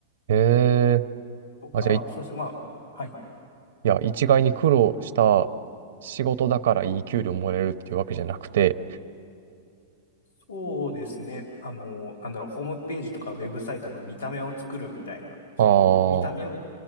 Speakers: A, on the right; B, on the left.
A: へえ。
B: とか、
A: あ、じゃあ
B: そうですね。まあ、はい。
A: いや、一概に苦労した仕事だからいい給料もらえるっていうわけじゃなくて、
B: そうですね。あの、なんだろう、ホームページとかウェブサイトの見た目を作るみたいな、その、
A: あ
B: 見た目を、
A: あ、